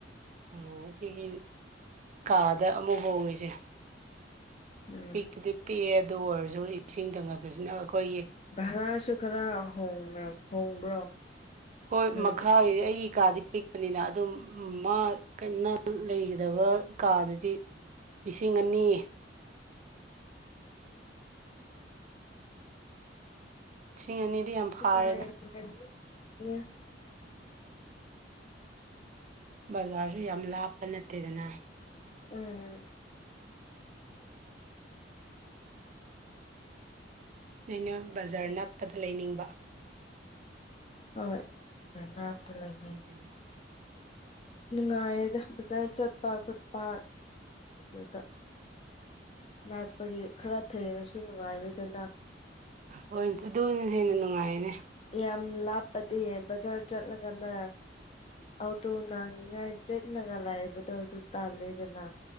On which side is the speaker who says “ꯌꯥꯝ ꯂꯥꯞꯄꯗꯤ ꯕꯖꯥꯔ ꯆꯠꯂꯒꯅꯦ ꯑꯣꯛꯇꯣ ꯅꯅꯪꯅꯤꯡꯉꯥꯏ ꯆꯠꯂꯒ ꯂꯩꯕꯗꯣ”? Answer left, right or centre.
Left